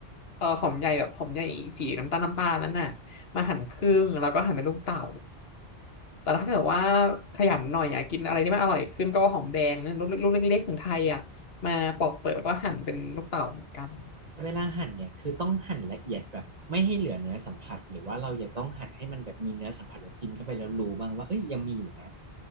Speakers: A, on the left (about 60°); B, on the right (about 40°).
A: เออหอมใหญ่แบบหอมใหญ่สีน้ำตาลน้ำตาลนั่นน่ะมาหั่นครึ่งแล้วก็หั่นเป็นลูกเต๋าแต่ถ้าเกิดว่าขยันหน่อยอยากกินอะไรที่มันอร่อยขึ้นก็เอาหอมแดงนั่นลูกเล็กลูกเล็กๆของไทยอ่ะมาปอกเปลือกแล้วก็หั่นเป็นลูกเต๋าเหมือนกัน
B: แต่เวลาหั่นเนี่ยคือต้องหั่นละเอียดแบบไม่ให้เหลือเนื้อสัมผัสหรือว่าเราอย่าต้องหั่นให้มันแบบมีเนื้อสัมผัสแบบกินเข้าไปแล้วรู้บ้างว่าเอ้ยยังมีอยู่นะ